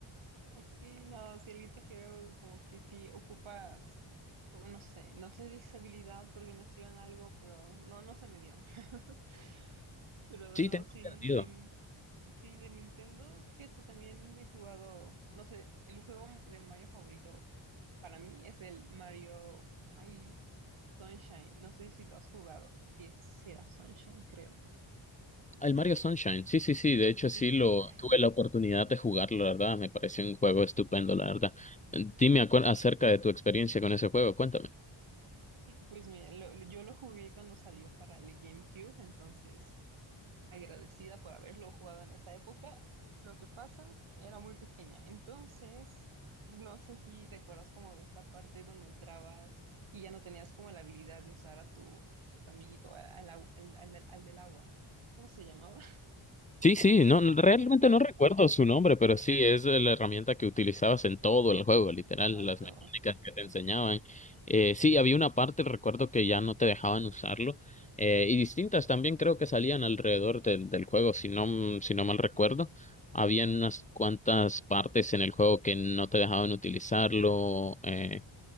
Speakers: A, on the right; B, on the left.
A: Ok, no, si Elite Hero como que sí ocupas, o no sé, no sé, de habilidad, coordinación, algo, pero no, no se me dio. <laughs> Pero
B: Sí,
A: no,
B: tengo
A: sí,
B: entendido.
A: de, sí, de Nintendo, fíjate, también he jugado, no sé, el juego de Mario favorito para mí es el Mario, ay, Sunshine, no sé si lo has jugado, si es, si era Sunshine, creo.
B: El Mario Sunshine, sí, sí, sí, de hecho sí
A: Sí,
B: lo tuve la oportunidad de jugarlo, la verdad, me pareció un juego estupendo, la verdad. Dime acu- acerca de tu experiencia con ese juego, cuéntame.
A: pues mira, lo- lo- yo lo jugué cuando salió para el GameCube, entonces agradecida por haberlo jugado en esa época. Lo que pasa, era muy pequeña. Entonces, no sé si te acuerdas como de esta parte donde entrabas y ya no tenías como la habilidad de usar a tu, tu amiguito, al, al, au- al- al- al del agua. ¿Cómo se llamaba?
B: Sí, sí, no, no, realmente
A: <laughs>
B: no recuerdo su nombre, pero sí, es la herramienta que utilizabas en todo el juego, literal,
A: Exacto.
B: las mecánicas que te enseñaban. Eh, sí, había una parte, recuerdo que ya no te dejaban usarlo, eh, y distintas también creo que salían alrededor del, del juego, si no, mm, si no mal recuerdo. Habían unas cuantas partes en el juego que no te dejaban utilizarlo, eh,